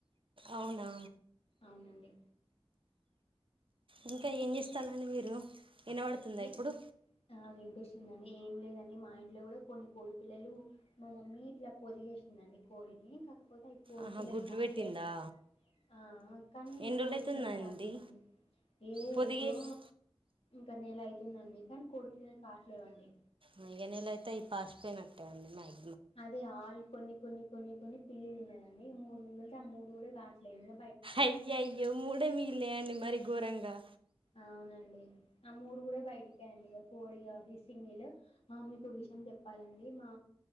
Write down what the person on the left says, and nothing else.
అవునండి
ఇ
ఆ వినిపిస్తుందండి ఏం లేదండి మా మా ఇంట్లో గూడ కొన్ని కోడి పిల్లలు మా మమ్మీ ఇట్లా పొదిగేసిందండి కోడిని కాక కపోతే అయి కోడి
పిల్లలు
కావట్లేవండి
ఆ కానీ
కోడి
పిల్లలు కావట్లేవండి ఏ
ఎప్పుడో క్క నెల అయితుందండి కనీ కోడి పిల్లలు కావట్లేవండి
అదే ఆళ్ కొన్ని కొన్ని కొన్ని కొన్ని పిళ్లి తిన్నదండి ఇగ మూడు మిగుల్తె ఆ మూడు గూడ గాట్లే ఇంగ
అవునండి ఆ మూడు గూడ బయటికేయండిగ కోడిగా ఇది సింగిల్ ఆ మీకో విష్ యం జెప్పాలండి మా